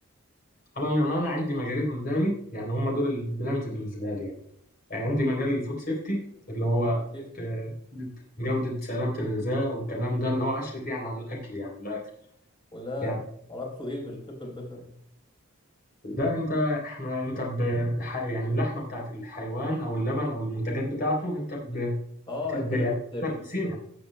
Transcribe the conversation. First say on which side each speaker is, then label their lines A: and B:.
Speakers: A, on the left (about 45°); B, on the left (about 25°).
A: انا للامانه عندي مجالين قدامي يعني هم دول البلانز بالنسبه لي يعني. يعني عندي مجال الفود سيفتي اللي هو
B: سيفتي
A: آه، جوده سلامه الغذاء والكلام ده اللي هو اشرف يعني على الاكل يعني من الاخر
B: وده
A: يعني
B: علاقته ايه بالطب البيطري
A: ده انت احنا انت ب... الح- يعني اللحمه بتاعت الحيوان او اللبن او المنتجات بتاعته انت ب...
B: مم. اه
A: بت... ب...
B: انت
A: يعني
B: اللي بت... بت...
A: احنا بنسينها